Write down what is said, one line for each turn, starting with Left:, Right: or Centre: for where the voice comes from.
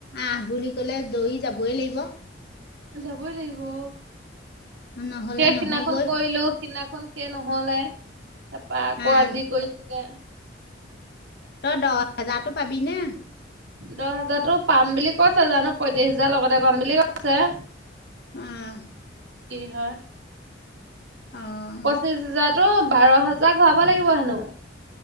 Left: আহ বুলি কলে দৌৰি যাবই লাগিব
Right: যাবই লাগিব অ
Left: নহ'লে
Right: সেই
Left: নহ'বই
Right: সিনাখন কৰিলো সিদিনাখন সেই নহলে তাৰপা আকৌ
Left: আহ
Right: আজি কৰিছোগে
Left: তই দহ হেজাৰতো পাবি নে
Right: দহ হাজাৰতো পাম বুলি কৈছে জানো পঁয়ত্ৰিশ হাজাৰ লগতে পাম বুলি কৈছে
Left: উম
Right: কি হয়
Left: অ
Right: পঁচিশ হাজাৰতো বাৰ হাজাৰ ঘূৰাব লাগিব হেনো